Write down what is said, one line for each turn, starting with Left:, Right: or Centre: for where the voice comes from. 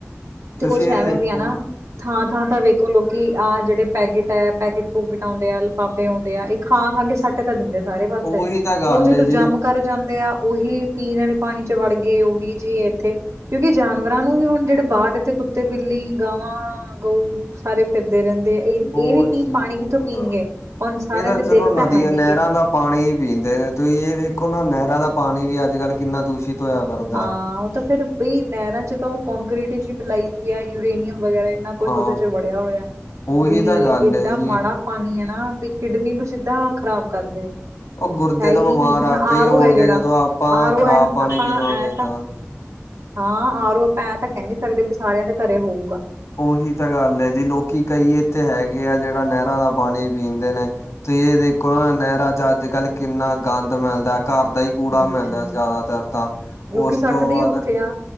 Right: ਤੇ
Left: ਤੁਸੀਂ
Right: ਕੁਛ
Left: ਇਹ
Right: ਐਵੇਂ
Left: ਦੇਖੋ
Right: ਵੀ ਐ ਨਾ। ਥਾਂ-ਥਾਂ ਤਾਂ ਵੇਖੋ, ਲੋਕੀ ਆਹ ਜਿਹੜੇ ਪੈਕੇਟ ਹੈ ਪੈਕਟ-ਪੂਕੇਟ ਆਉਂਦੇ ਆ ਲਿਫਾਫੇ ਇਹ ਹਉਂਦੇ ਆ ਇਹ ਖਾ-ਖਾ ਕੇ ਸੱਟ ਤਾਂ ਦਿੰਦੇ ਆ ਸਾਰੇ ਪਾਸੇ,
Left: ਉਹੀ ਤਾਂ ਗੱਲ
Right: ਉਹ ਜਦੋਂ
Left: ਏ ਜੀ
Right: ਜੰਮ ਕਰ ਜਾਂਦੇ ਆ ਉਹੀ ਪੀਣ ਵਾਲੇ ਪਾਣੀ ਚ ਵੜ ਗਏ ਉਹੀ ਜੀ ਇੱਥੇ ਕਿਉਂਕਿ ਜਾਨਵਰਾਂ ਨੂੰ ਵੀ ਹੁਣ ਜਿਹੜੇ ਬਾਹਰ ਥੇ ਕੁੱਤੇ ਬਿੱਲੀ ਗਾਵਾਂ ਗਊ ਸਾਰੇ ਫਿਰਦੇ ਰਹਿੰਦੇ ਐ। ਇਹ-ਇਹ
Left: ਬਹੁਤ
Right: ਵੀ ਕੀ
Left: ਜੀ
Right: ਪਾਣੀ ਕਿੱਥੋਂ
Left: ਬਹੁਤ
Right: ਪੀਣਗੇ ਹੁਣ ਸਾਰਿਆਂ
Left: ਇਹ
Right: ਦੇ
Left: ਚਲੋ
Right: ਦਿਲ
Left: ਨਦੀਆਂ
Right: ਤਾਂ ਹੈ ਨਹੀਂ
Left: ਨਹਿਰਾਂ
Right: ਗੇ।
Left: ਦਾ ਪਾਣੀ ਪੀਂਦੇ ਨੇ ਤੁਸੀਂ ਇਹ ਵੇਖੋ ਨਾ ਨਹਿਰਾਂ ਦਾ ਪਾਣੀ ਵੀ ਅੱਜ ਕੱਲ ਕਿੰਨਾ ਦੂਸ਼ਿਤ ਹੋਇਆ। ਫਿਰਦਾ
Right: ਹਾਂ ਉਹ ਤਾਂ ਫੇਰ ਬਈ ਨਹਿਰਾਂ ਚ ਤਾਂ ਉਹ ਕੋਂਕਰੀਟ ਜੀ ਮਿਲਾਈ ਵੀ ਐ ਯੂਰੇਨੀਅਮ ਵਗੈਰਾ ਨਾ ਕੁਛ
Left: ਹਾਂ
Right: ਉਹਦੇ ਚ ਵੜਿਆ ਹੋਇਆ,
Left: ਉਹੀ
Right: ਵੀ
Left: ਤਾਂ ਗੱਲ
Right: ਏਦਾ
Left: ਏ ਜੀ
Right: ਮਾੜਾ ਪਾਣੀ ਐ ਨਾ ਵੀ ਕਿਡਨੀ ਨੂੰ ਸਿੱਧਾ ਖ਼ਰਾਬ ਕਰਦੇ।
Left: ਉਹ ਗੁਰਦੇ
Right: ਹੈ ਹੀ
Left: ਤਾਂ ਬਿਮਾਰ
Right: ਨਹੀਂ ਹੁਣ
Left: ਆਪੇ
Right: ਆਰ
Left: ਹੀ ਹੋਣਗੇ
Right: ਓ ਹੈ ਜਿਹੜਾ
Left: ਜਦੋਂ ਆਪਾਂ
Right: ਆਰ ਓ
Left: ਖ਼ਰਾਬ
Right: ਐ
Left: ਪਾਣੀ
Right: ਆਪਾਂ
Left: ਪੀਵਾਂਗੇ
Right: ਐ
Left: ਤਾਂ,
Right: ਹਾਂ ਆਰੋ ਆਪਾਂ ਐਂ ਤਾਂ ਕਹਿ ਨੀ ਸਕਦੇ ਵੀ ਸਾਰਿਆਂ ਦੇ ਘਰੇ ਹੋਊਗਾ।
Left: ਉਹੀ ਤਾਂ ਗੱਲ ਐ ਜੀ ਲੋਕੀ ਕਈ ਇੱਥੇ ਹੈਗੇ ਆ ਜਿਹੜਾ ਨਹਿਰਾਂ ਦਾ ਪਾਣੀ ਪੀਂਦੇ ਨੇ। ਤੁਸੀਂ ਇਹ ਦੇਖੋ ਨਾ ਨਹਿਰਾਂ ਚ ਅੱਜ-ਕੱਲ ਕਿੰਨਾ ਗੰਦ ਮਿਲਦਾ ਘਰ ਦਾ ਹੀ ਕੂੜਾ
Right: ਹਮ
Left: ਮਿਲਦਾ ਜ਼ਿਆਦਾਤਰ ਤਾਂ, ਉਸ
Right: ਲੋਕੀ ਸੱਟਦੇ
Left: ਤੋਂ ਬਾਅਦ
Right: ਹੀ ਉੱਥੇ ਆ